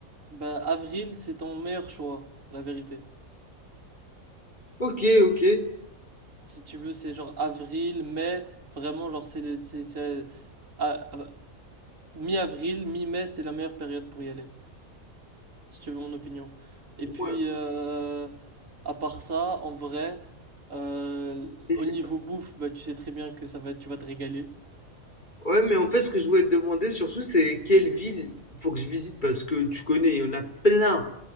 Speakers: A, on the right; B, on the left.
A: Bah avril, c'est ton meilleur choix, la vérité.
B: Ok, ok.
A: si tu veux, c'est genre avril, mai, vraiment, genre, c'est, les- c'est, c'est- à- à- mi-avril, mi-mai, c'est la meilleure période pour y aller, si tu veux mon opinion. Et puis,
B: Ouais.
A: euh, à part ça, en vrai, euh,
B: Et
A: au
B: c'est-
A: niveau bouffe, bah, tu sais très bien que ça va, tu vas te régaler.
B: ouais, mais en fait, ce que je voulais te demander surtout, c'est quelle ville faut que je visite parce que tu connais, il y en a plein.